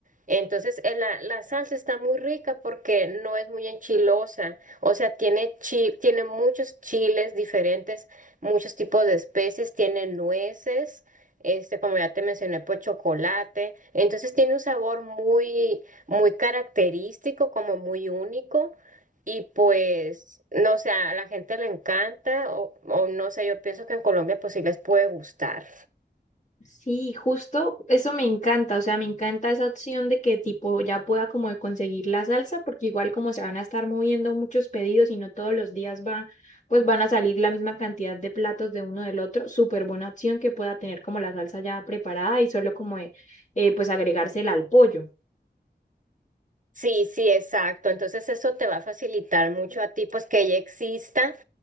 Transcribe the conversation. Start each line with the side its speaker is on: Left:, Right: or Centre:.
Right: Entonces, eh, la, la salsa está muy rica porque no es muy enchilosa. O sea, tiene, chi- tiene muchos chiles diferentes, muchos tipos de especies, tiene nueces este, como ya te mencioné, pues chocolate. Entonces tiene un sabor muy, muy característico, como muy único. Y pues, no sé, a la gente le encanta o, o no sé, yo pienso que en Colombia pues sí les puede gustar.
Left: Sí, justo, eso me encanta, o sea, me encanta esa opción de que tipo ya pueda como de conseguir la salsa, porque igual como se van a estar moviendo muchos pedidos y no todos los días va, pues van a salir la misma cantidad de platos de uno del otro, súper buena opción que pueda tener como la salsa ya preparada y solo como de, eh, pues agregársela al pollo.
Right: Sí, sí, exacto. Entonces eso te va a facilitar mucho a ti, pues que ya exista